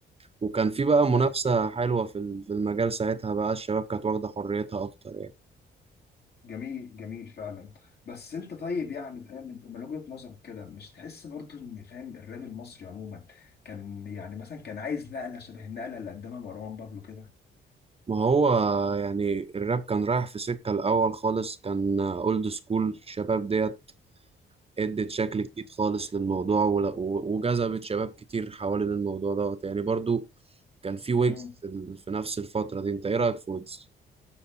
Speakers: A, on the right; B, on the left.
A: وكان في بقى منافسة
B: حلو
A: حلوة في ال- في المجال ساعتها بقى الشباب كانت واخدة حريتها اكتر يعني
B: جميل جميل فعلا بس انت طيب يعني فاهم انت من وجهه نظرك كده مش تحس برضو ان فاهم الراب المصري عموما كان يعني مثلا كان عايز نقله شبه النقله اللي قدمها مروان بابلو كده
A: ما هو يعني الراب كان رايح في سكة الاول خالص كان اولد سكول الشباب ديت ادت شكل جديد خالص للموضوع ول- و- وجذبت شباب كتير حوالين الموضوع دوت يعني برضو كان في ويجز
B: امم
A: في, ال... في نفس الفترة دي انت ايه رأيك في ويجز؟